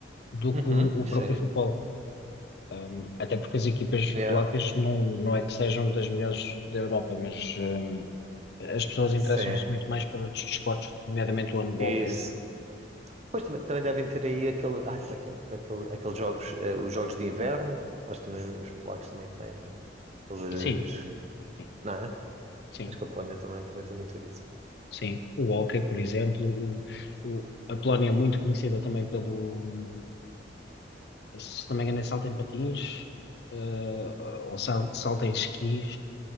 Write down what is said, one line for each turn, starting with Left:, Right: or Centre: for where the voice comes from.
Left: do
Right: Uhum.
Left: que o, o
Right: Sim.
Left: próprio futebol. Ahm, até porque as equipas
Right: Yeah.
Left: polacas não, não é que sejam das melhores da Europa, mas ahm, as pessoas interessam-se
Right: Sim.
Left: muito mais por outros desportos, nomeadamente o handball,
Right: Esse.
Left: por exemplo.
Right: Pois também, também devem ter aí aquele. Ah, como é que é? Aquele, aqueles jogos, eh, os jogos de inverno. Acho que também os polacos também têm, não é? Aqueles.
Left: Sim, sim,
Right: Não é?
Left: sim.
Right: Acho que a Polónia também, também tem muito isso.
Left: Sim, o hóquei, por exemplo, o, o- a Polónia é muito conhecida também pelo, se não me engano, é salto em patins, eh, ou sal- salto em esquis.